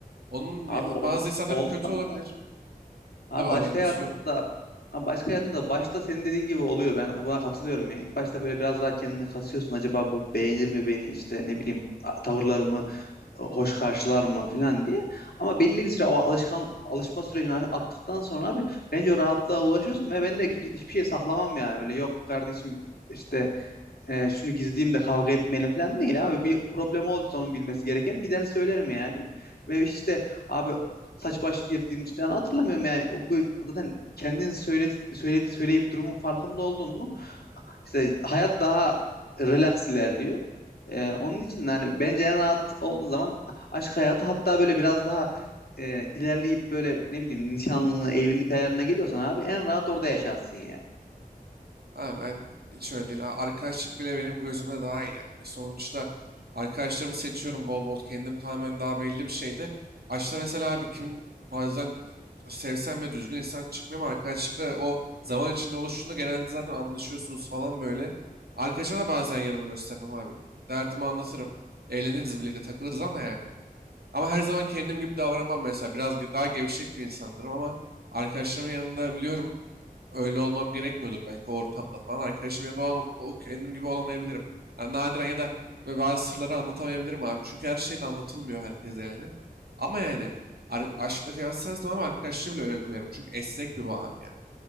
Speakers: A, on the right; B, on the left.
A: Onun
B: Abi
A: ya-
B: ol-
A: bazı insanların
B: olmaz
A: kötü olabilir.
B: da. Abi
A: Tabii
B: başka
A: alakası
B: hayatında
A: yok.
B: da abi başka hayatında da başta senin dediğin gibi oluyor. Ben buna katılıyorum yani. İlk başta böyle biraz daha kendini kasıyorsun. Acaba bu beğenir mi beni işte ne bileyim a- tavırlarımı hoş karşılar mı falan diye. Ama belli bir süre o alışkan alışma sürecini a- attıktan sonra abi bence o rahatlığa ulaşıyorsun ve ben de kimse hiçbir şey saklamam yani. Böyle yok kardeşim işte e, şunu gizleyeyim de kavga etmeyelim falan değil abi. Bir problem olduysa onun bilmesi gereken gider söylerim yani. Ve hiç de abi saç baş girdiğimiz falan hatırlamıyorum yani. Bu zaten kendin söyle, söyle, söyleyip durumun farkında oldun mu? İşte hayat daha relax ilerliyor. E, onun için yani bence en rahat olduğun zaman aşk hayatı hatta böyle biraz daha e, ilerleyip böyle ne bileyim nişanlı evlilik ayarına geliyorsan abi en rahat orada yaşarsın yani.
A: Abi ben hiç öyle değil. Ha, Arkadaşlık bile benim gözümde daha iyi yani. Sonuçta arkadaşlarımı seçiyorum bol bol. Kendim tamamen daha belli bir şeydi. Açta mesela abi kim bazen e, sevsem ve düzgün insan çıkmıyor ama arkadaşlıkta o zaman içinde oluştuğunda genelde zaten anlaşıyorsunuz falan böyle. Arkadaşıma da bazen yanımı göstermem abi. Derdimi anlatırım. Eğleniriz birlikte takılırız ama yani. Ama her zaman kendim gibi davranmam mesela. Biraz ge- daha gevşek bir insanlarım ama arkadaşlarımın yanında biliyorum öyle olmam gerekmiyordur belki o ortamda falan. Arkadaşımın yanında o, an, o kendim gibi olamayabilirim. Yani nadiren ya da böyle bazı sırları anlatamayabilirim abi. Çünkü her şey de anlatılmıyor herkese yani. Ama yani ar- aşkla kıyaslarsan ama arkadaşlığı bile öyle koyarım. Çünkü esnek bir bağ abi yani.